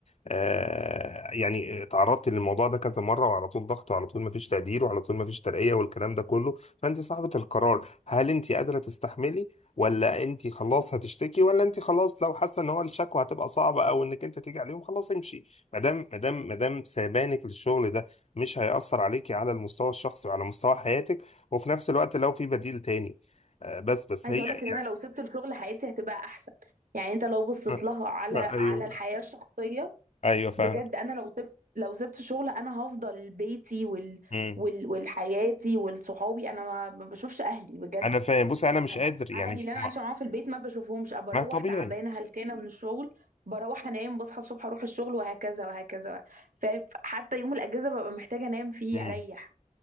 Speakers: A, on the left (about 55°); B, on the right (about 85°).
A: آه يعني اتعرضتي للموضوع ده كذا مرة وعلى طول ضغط وعلى طول ما فيش تقدير وعلى طول ما فيش ترقية والكلام ده كله فانت صاحبة القرار هل انت قادرة تستحملي ولا انت خلاص هتشتكي ولا انت خلاص لو حاسة ان هو الشكوى هتبقى صعبة او انك انت تيجي عليهم خلاص امشي ما دام ما دام ما دام سابانك للشغل ده مش هيأثر عليكي على المستوى الشخصي وعلى مستوى حياتك وفي نفس الوقت لو في بديل تاني آه بس بس
B: عايزه
A: هي
B: اقول لك ان انا
A: يعني
B: لو سبت الشغل حياتي هتبقى احسن يعني انت لو بصيت
A: <laughs>
B: لها على على
A: ايوه
B: الحياه الشخصيه
A: ايوه فاهم
B: بجد انا لو سبت لو سبت شغل انا هفضل بيتي وال
A: امم
B: وال- والحياتي والصحابي انا ما ما بشوفش اهلي بجد
A: انا فاهم بص انا مش
B: انا
A: قادر يعني
B: اهلي
A: مش
B: اللي انا
A: ما,
B: عايشه معاهم في البيت ما بشوفهمش أبقى
A: ما
B: بروح
A: طبيعي
B: تعبانه هلكانه من الشغل بروح انام بصحى الصبح اروح الشغل وهكذا وهكذا فحتى يوم الاجازه ببقى محتاجه انام فيه
A: امم
B: اريح